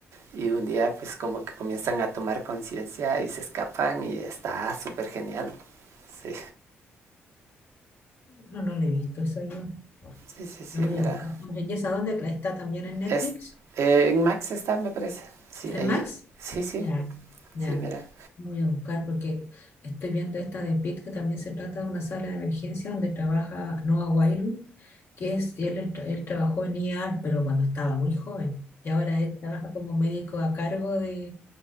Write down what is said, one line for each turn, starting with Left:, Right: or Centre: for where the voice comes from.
Right: y un día pues como que comienzan a tomar conciencia y se escapan y está súper genial. Sí,
Left: No, no lo he visto. Eso yo
Right: sí, sí, sí,
Left: Lo voy
Right: mira.
Left: a buscar también. ¿Y esa dónde? ¿La ¿Está también en Netflix?
Right: Es, eh, en Max está, me parece. Sí,
Left: ¿En
Right: ahí,
Left: Max?
Right: sí, sí,
Left: Ya, ya.
Right: sí, mira.
Left: Lo voy a buscar porque estoy viendo esta de Pitt, que también se trata de una sala de emergencia donde trabaja Noah Wyle, que es, él, él tra- él trabajó en ER, pero cuando estaba muy joven. Y ahora él trabaja como médico a cargo de,